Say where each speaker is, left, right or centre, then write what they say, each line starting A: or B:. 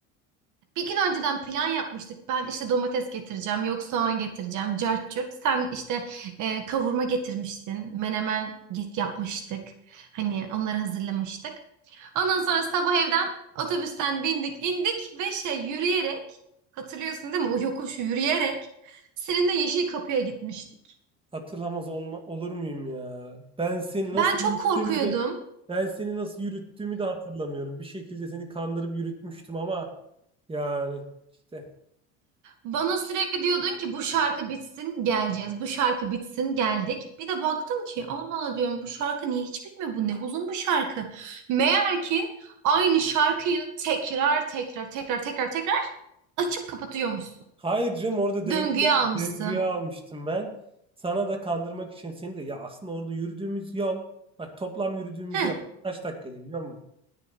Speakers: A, on the right; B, on the right.
A: bir gün önceden plan yapmıştık. Ben işte domates getireceğim, yok soğan getireceğim, cart curt. Sen işte e, kavurma getirmiştin, menemen git yapmıştık. Hani onları hazırlamıştık. Ondan sonra sabah evden otobüsten bindik, indik ve şey yürüyerek, hatırlıyorsun değil mi? O yokuşu yürüyerek seninle Yeşil Kapı'ya gitmiştik.
B: Hatırlamaz olma, olur muyum ya? Ben seni nasıl
A: Ben çok
B: yürüttüğümü
A: korkuyordum.
B: de ben seni nasıl yürüttüğümü de hatırlamıyorum. Bir şekilde seni kandırıp yürütmüştüm ama yani işte.
A: Bana sürekli diyordun ki bu şarkı bitsin geleceğiz. Bu şarkı bitsin geldik. Bir de baktım ki Allah Allah diyorum bu şarkı niye hiç bitmiyor? Bu ne uzun bu şarkı. Meğer ki aynı şarkıyı tekrar tekrar tekrar tekrar tekrar açıp kapatıyormuşsun.
B: Hayır canım orada döngüye,
A: Döngüye almışsın.
B: döngüye almıştım ben. Sana da kandırmak için seni de ya aslında orada yürüdüğümüz yol bak toplam yürüdüğümüz
A: Heh,
B: yol kaç dakikaydı biliyor musun?